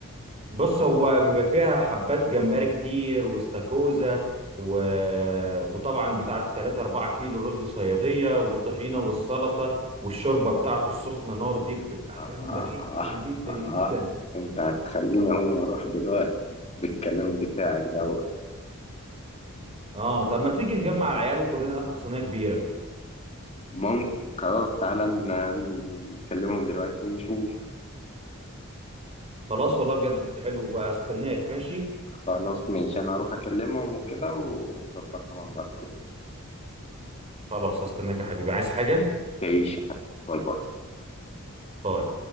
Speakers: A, on the right; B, on the left.
A: بص هو بيبقى فيها حبات جمبري كتير واستاكوزا و... وطبعا بتاعه 3 4 كيلو رز صياديه والطحينه والسلطه والشوربه بتاعته السخنه نار دي بتبقى
B: آه آه
A: جامده جدا جدا
B: آه
A: جدا
B: آه. انت هتخليني اقوم واروح دلوقتي بالكلام بتاعك دوت
A: اه طب ما تيجي نجمع العيال وكلنا ناخد صينيه كبيره
B: ممكن خلاص تعالى ن- نكلمهم دلوقتي ونشوف
A: خلاص والله بجد حلو هستناك ماشي
B: خلاص ماشي انا هروح اكلمهم وكده ونظبطها مع بعض
A: خلاص هستناك يا حبيبي عايز حاجة
B: تعيش يا حبيبي. باي باي
A: باي